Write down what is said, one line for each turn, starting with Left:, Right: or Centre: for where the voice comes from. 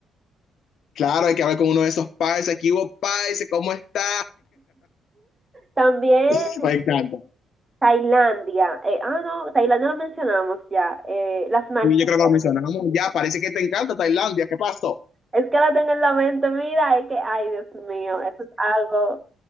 Left: Claro, hay que hablar con uno de esos países, ¿qué hubo países, ¿cómo está?
Right: También
Left: <laughs> Me encanta.
Right: Tailandia. Eh, ah, no, Tailandia lo mencionamos ya. Eh, las Maldivas.
Left: Y yo creo que lo mencionamos ya, parece que te encanta Tailandia, ¿qué pasó?
Right: Es que la tengo en la mente, mira, es que, ay, Dios mío, eso es algo.